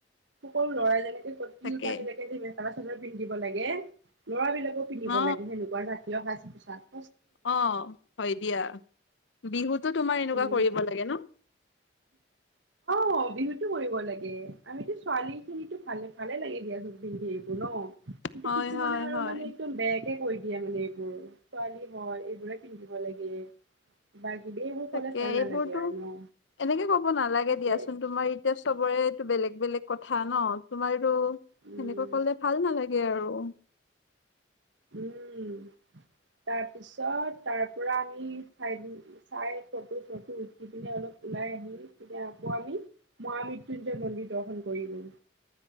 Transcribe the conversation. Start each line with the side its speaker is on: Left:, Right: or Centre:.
Right: সৰু লৰাই যেনেকে কৈছে
Left: তাকে
Right: তিওতা বিলাকে যে মেখা চাদৰ পিন্ধিব লাগে লৰা বিলাকো পিন্ধিব
Left: অ
Right: লাগে সেনেকুৱাক। প্ৰিয় সাজ-পোছাক।
Left: অ, হয় দিয়া বিহুতো তোমাৰ এনেকুৱা
Right: উম
Left: কৰিব লাগে ন। <inaudible>
Right: অ, বিহুতো কৰিব লাগে আমিতো ছোৱালী খিনিতো ভালে-ভালে লাগে দিয়াচোন পিন্ধি এইবোৰ ন। কিন্তু
Left: হয়
Right: কিছুমানে
Left: হয়
Right: আৰু
Left: হয়
Right: মানে একদম বেয়াকে কৈ দিয়ে মানে এইবোৰ ছোৱালী হয় এইবোৰে পিন্ধিব লাগে, বা এইবোৰ
Left: তাকে
Right: ক'লে ভাল
Left: এইবোৰতো
Right: নালাগে আৰু ন।
Left: এনেকে ক'ব নালাগে
Right: তাকে
Left: দিয়াচোন তোমাৰ এতিয়া চবৰেটো বেলেগ-বেলেগ কথা ন। তোমাৰো সেনেকুৱা
Right: উম
Left: কলে ভাল নালাগে আৰু।
Right: উম, তাৰ পিছত তাৰ পৰা আমি চাই দি, চাই ফটো চটো উঠি পিনে অলপ ওলাই আহি পিনে আকৌ আমি, মহা মৃত্যুঞ্জয় মন্দিৰ দৰ্শন কৰিলোঁ।